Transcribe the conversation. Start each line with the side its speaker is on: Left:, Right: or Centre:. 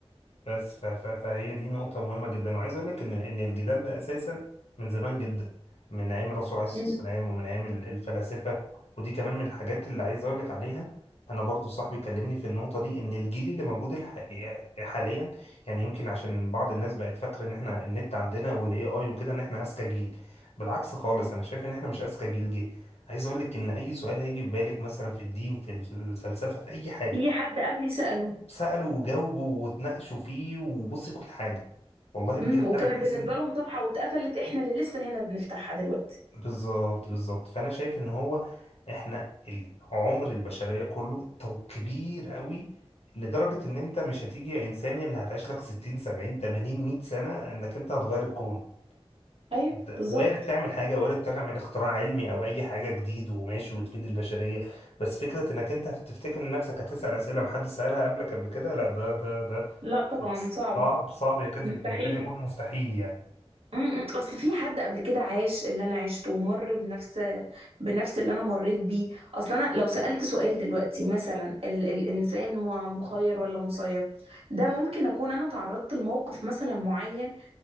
Left: بس ف- ف- فهي دي نقطة مهمة جدا وعايز أقول لك إن إن الجدال ده أساسا من زمان جدا من أيام الرسول عليه الصلاة
Right: امم
Left: والسلام ومن أيام ال- الفلاسفة ودي كمان من الحاجات اللي عايز أقول لك عليها أنا برضو صاحبي كلمني في النقطة دي إن الجيل اللي موجود الحقيقة حاليا يعني يمكن عشان بعض الناس بقت فاكرة إن إحنا النت عندنا والإي آي وكده إن إحنا أذكى جيل بالعكس خالص أنا شايف إن إحنا مش أذكى جيل جه عايز أقول لك إن أي سؤال هيجي في بالك مثلا في الدين في الفلسفة في أي حاجة
Right: في حد قبلي سأله
Left: سألوا وجاوبوا واتناقشوا فيه وبصي كل حاجة والله بجد
Right: امم وكانت
Left: أنا بحس
Right: بالنسبه
Left: إن
Right: لهم صفحه واتقفلت احنا اللي لسه هنا بنفتحها دلوقتي
Left: بالظبط بالظبط فأنا شايف إن هو إحنا ال- عمر البشرية كله تو كبير قوي لدرجة إن أنت مش هتيجي يا إنسان يا اللي هتعيش لك 60 70 80 100 سنة إنك أنت هتغير الكون
Right: ايوه
Left: أنت
Right: بالظبط
Left: وارد تعمل حاجة وارد تعمل اختراع علمي أو أي حاجة جديد وماشي وتفيد البشرية بس فكرة إنك أنت تفتكر إن نفسك هتسأل أسئلة محدش سألها قبلك قبل كده لا ده ده ده
Right: لا طبعا صعب
Left: صعب صعب يكاد
Right: مستحيل
Left: يكاد يكون مستحيل يعني
Right: م- م. اصل في حد قبل كده عاش اللي انا عشته ومر بنفس بنفس اللي انا مريت بيه اصل انا لو سألت سؤال دلوقتي مثلا ال... الانسان م- مخير ولا مسير ده ممكن اكون انا تعرضت لموقف مثلا معين